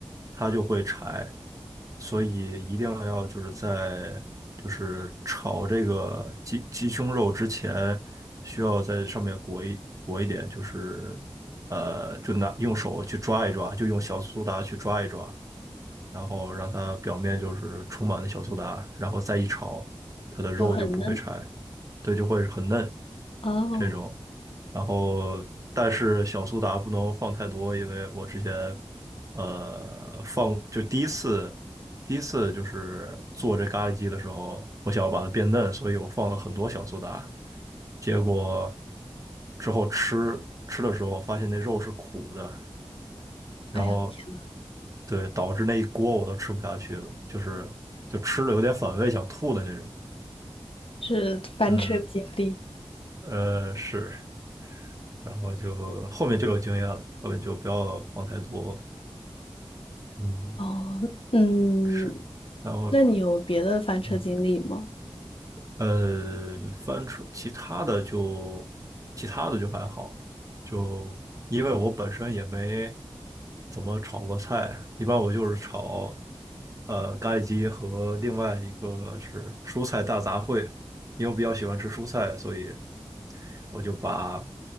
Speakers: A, on the right; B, on the left.
A: 它就会柴，所以一定要就是在就是炒这个鸡鸡胸肉之前，需要在上面裹一裹一点，就是呃，就拿用手去抓一抓，就用小苏打去抓一抓，然后让它表面就是充满了小苏打，然后再一炒，它的肉就不会柴，
B: 就很嫩。
A: 对，就会很嫩
B: 哦，
A: 这种。然后，但是小苏打不能放太多，因为我之前呃放就第一次第一次就是做这咖喱鸡的时候，我想要把它变嫩，所以我放了很多小苏打，结果之后吃吃的时候发现那肉是苦的。然后
B: 哎呀，天。
A: 对，导致那一锅我都吃不下去了，就是就吃了有点反胃，想吐的那种。
B: 是翻车经历
A: 嗯，呃，是，然后就后面就有经验了，后面就不要放太多了。嗯，
B: 哦，嗯，
A: 是，然后
B: 那你有别的翻车经历吗？
A: 嗯。呃，翻车，其他的就其他的就还好，就因为我本身也没怎么炒过菜，一般我就是炒呃咖喱鸡和另外一个是蔬菜大杂烩，因为我比较喜欢吃蔬菜，所以我就把